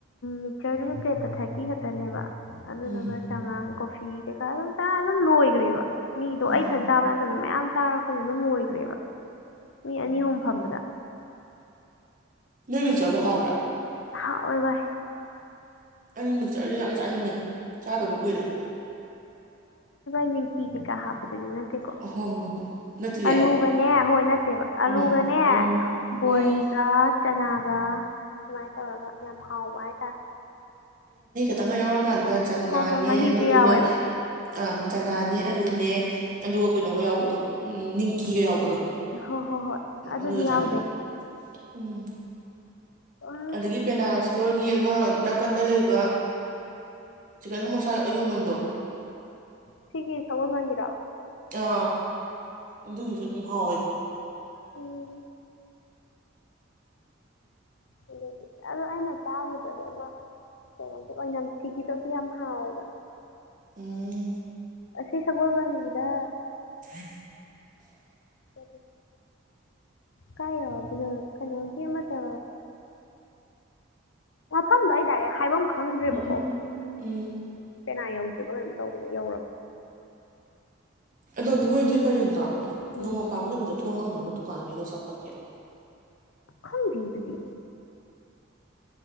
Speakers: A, on the left (about 75°); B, on the right (about 40°).
A: ꯃꯤꯛꯆꯔꯗꯨꯒꯤ ꯄ꯭ꯂꯦꯠꯇ ꯊꯥꯔꯇꯤ ꯈꯛꯇꯅꯦꯕ ꯑꯗꯨꯗꯨꯒ
B: ꯎꯝ
A: ꯆꯥꯉꯥꯡ ꯀꯣꯐ ꯊ ꯀ ꯑꯗꯨꯝ ꯇ ꯂꯣꯋꯒ ꯔꯦꯕ ꯃꯤꯗꯣ
B: ꯎꯝ
A: ꯑꯩ ꯏꯊꯟ ꯆꯥꯕ ꯅꯠꯇꯕꯗ ꯃꯌꯥꯝ ꯆꯥꯔꯛꯄꯅꯤ ꯑꯗꯨꯝ ꯂꯣꯏ ꯐ ꯃꯤ ꯑꯅꯤ ꯑꯍꯨꯝ ꯐꯝꯕꯗ
B: ꯅ ꯃꯤꯆꯣꯔꯗꯣ ꯍꯥꯎꯕ꯭ꯔꯥ
A: ꯍꯥ ꯑꯣꯏꯚ
B: ꯑꯅꯤ ꯃꯤꯇꯔꯗꯤ ꯌꯥꯝ ꯆꯥꯅꯤꯡꯉꯦ ꯆꯥꯗꯕ ꯀꯨꯏꯔꯦ
A: ꯃꯤ ꯐꯤ ꯀꯩꯀꯥ ꯍꯥꯞꯄꯗꯗꯤ ꯅꯠꯇꯦꯀꯣ
B: ꯑꯣ ꯍꯣ ꯍꯣ ꯍꯣꯏ ꯅꯠꯇꯤꯌꯦ
A: ꯑꯂꯨꯒꯅꯦ ꯍꯣꯏ ꯠꯇꯦꯕ ꯑꯂꯨꯒꯅꯦ
B: ꯎꯝ ꯎꯝ
A: ꯕꯣꯔꯤꯒ
B: ꯎꯝ
A: ꯆꯅꯥꯒ ꯁꯨꯃꯥꯏꯅ ꯇꯧꯔꯒ ꯌꯥꯝ ꯍꯥꯎꯕ ꯍꯥꯏꯇꯥꯔꯦ
B: ꯪ ꯀ ꯀꯥꯟꯗ ꯆꯅꯥꯅꯦ
A: ꯍꯣꯏ ꯍꯣꯏ ꯃꯍꯤꯁꯨ
B: ꯑꯗꯨꯗꯨꯒ
A: ꯌꯥꯎꯋꯦꯕ
B: ꯑ ꯆꯅꯥꯅꯦ ꯑꯂꯨꯅꯦ ꯑꯗꯨꯒ ꯀꯩꯅꯣꯒ ꯌꯥꯎꯕꯗꯣ ꯎꯝ ꯅꯤꯡꯀꯤꯒ ꯌꯥꯎꯕꯗꯣ
A: ꯍꯣꯏ ꯍꯣꯏ ꯍꯣꯏ
B: ꯎꯝ
A: ꯑꯗꯨꯗꯤ
B: ꯑꯗꯨꯗꯣ ꯆꯥꯅꯤꯡꯕ
A: ꯌꯥꯎꯗꯦ
B: ꯎꯝ
A: ꯑ
B: ꯑꯗꯒꯤ ꯄꯦꯅꯥꯁꯇ ꯒꯤ ꯑꯃ ꯅꯥꯀꯟꯗ ꯂꯩꯕ ꯆꯤꯀꯟ ꯍꯃꯣꯁꯥ ꯑꯌꯣꯟꯐꯝꯝꯗꯣ
A: ꯁꯤꯒꯤ ꯁꯃꯝ ꯋꯥ ꯉꯔꯥ
B: ꯑ ꯑꯗꯨꯒꯤꯁꯨ ꯑꯗꯨꯝ ꯍꯥꯎꯋꯦ
A: ꯎꯝ ꯑꯗꯨꯗꯤ ꯑꯗꯣ ꯑꯩꯅ ꯇꯥꯈꯤꯕꯗꯤ ꯑꯃ ꯀꯩꯅꯣꯁꯦ ꯑꯣꯏꯅꯝ ꯐꯤꯒꯤꯗꯣ ꯑꯗꯨ ꯌꯥꯝ ꯍꯥꯎꯋꯦꯕ
B: ꯎꯝ
A: ꯁꯤ ꯁꯕꯣꯜꯕꯟꯒꯗ
B: ꯎꯝ
A: ꯔꯤ ꯀꯥꯏ ꯀꯩꯅꯣꯒꯃ ꯇ ꯃꯐꯝꯗꯣ ꯑꯣꯏꯇꯥꯏꯔꯦ ꯍꯥꯏꯕꯪ ꯈꯪꯗ꯭ꯔꯦꯕꯀꯣ
B: ꯎꯝ ꯎꯝ
A: ꯀꯦꯅꯥ ꯌꯧ ꯇꯧꯕꯅꯦ ꯌ
B: ꯑꯣꯝ ꯗꯣꯗꯗꯤ ꯄꯔꯤꯡꯗꯣ
A: ꯎꯝ
B: ꯅꯣꯡꯃ ꯄꯥꯟꯕꯝꯕ ꯅꯨꯃꯤꯠꯇ ꯊꯣꯡ ꯍꯥꯎꯅꯕ ꯊꯨꯀꯥꯟꯦꯗ ꯁꯞꯄ ꯀꯌꯥ
A: ꯕꯤꯗꯨꯕꯤ